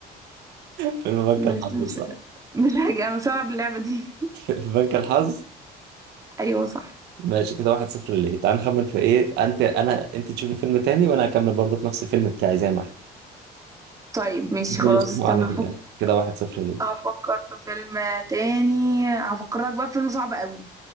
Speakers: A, on the right; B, on the right.
A: فيلم بنك
B: مش
A: الحظ
B: مش
A: صح؟
B: مش حاجة أنا صعب اللعبة دي
A: <laughs> في بنك الحظ
B: <laughs> أيوة صح
A: ماشي كده واحد صفر ليه تعال نخمن في ايه انت انا انت تشوفي فيلم تاني وانا هكمل برضه في نفس الفيلم بتاعي زي ما احنا
B: طيب ماشي
A: شوف مين
B: خلاص
A: اللي اسمه
B: استنى
A: اعلى في
B: هفكر
A: الاخر كده واحد صفر ليه
B: هفكر في فيلم تاني هفكرك بقى في فيلم صعب قوي